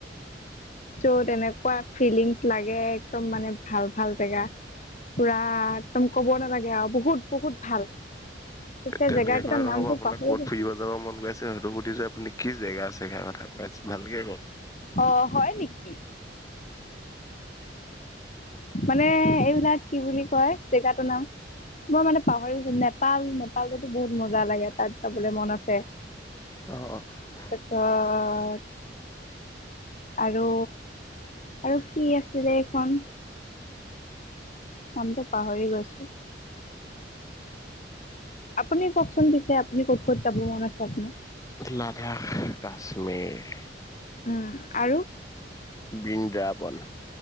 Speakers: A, on the left; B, on the left.
A: যত এনেকুৱা ফিলিংছ লাগে একদম মানে ভাল ভাল জেগা পুৰা একদম কব নালাগে আৰু বহুত বহুত ভাল। তেতিয়া
B: এ তেনেকে
A: জেগা কেইটাৰ
B: কলে নহ'ব
A: নামটো
B: আপোনাক
A: পাহৰি
B: ক'ত
A: গৈছো
B: ফুৰিব যাব মন গৈ আছে। সেইটো সুধিছোঁ আপুনি কি জেগা জেগাৰ কথা কয় আছে সে কথা কৈ আছে। ভালকে কওক।
A: অ হয় নেকি। মানে এই। এই বিলাক কি বুলি কয় জেগাটোৰ নাম। মই মানে পাহৰিছো নেপাল নেপালতো বহুত মজা লাগে তাত যাবলৈ মন আছে।
B: অহ - অহ <unintelligible>
A: <unintelligible> আৰু আৰু কি আছিলে এইখন? নামটো পাহৰি গৈছোঁ। আপুনি ককচোন পিছে আপুনি ক'ত-ক'ত যাব মন আছে আপোনাৰ?
B: লাডাখ, কাশ্মীৰ।
A: উম, আৰু?
B: বৃন্দ্ৰাবন।